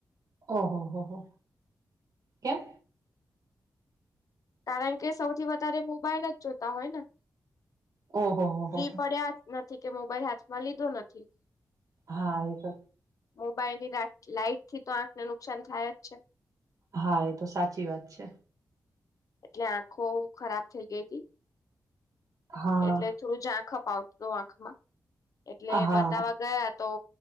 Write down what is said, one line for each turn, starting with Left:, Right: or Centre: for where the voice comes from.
Right: ઓહ હોહ કેમ
Left: કારણ કે સૌથી વધારે મોબાઈલ જ જોતા હોય ને
Right: ઓહો હો
Left: ફ્રી
Right: હો
Left: પડ્યા નથી કે મોબાઈલ હાથમાં લીધો નથી
Right: હા એ તો
Left: મોબાઈલ ની રા લાઈટ થી તો આંખને નુકસાન થાય જ છે
Right: હા એ તો સાચી વાત છે
Left: એટલે આંખો ખરાબ થઈ ગઈ હતી
Right: હા
Left: એટલે થોડું જ આંખ અપાવતું આંખમાં એટલે
Right: હા
Left: બતાવા ગયા તો